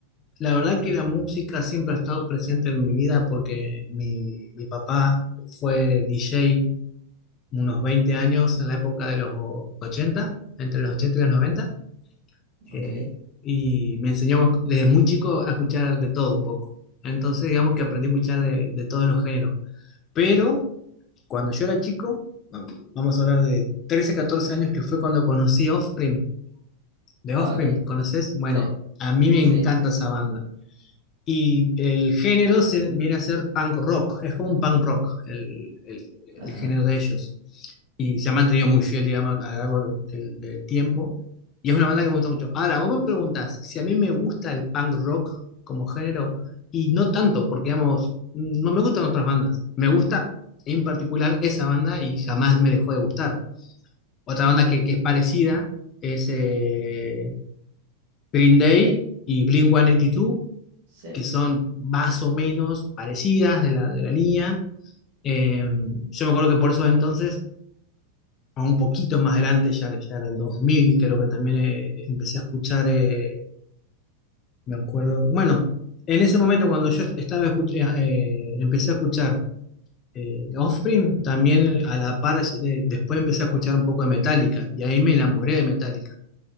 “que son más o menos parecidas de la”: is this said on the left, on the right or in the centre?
Left